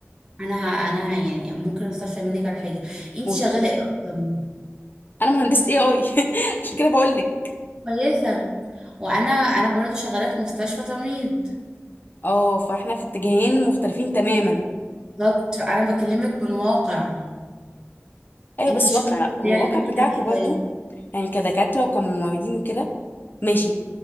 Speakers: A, on the right; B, on the left.
A: انا ه- انا ه- يعني ممكن استفسر منك على حاجة انت
B: قولي
A: شغالة ايه اصلا
B: انا مهندسة اي اي <laughs> عشان كده بقول لك
A: كويسة وانا انا برضو شغالة في مستشفى تمريض
B: اه فاحنا في اتجاهين مختلفين تماما
A: بالظبط فانا بكلمك من واقع
B: ايوه
A: انت
B: بس
A: الشغل
B: واقع
A: بتاعك
B: الواقع
A: محتاج
B: بتاعكم
A: ايه
B: برضو
A: طيب
B: يعني كدكاترة وكممرضين وكده ماشي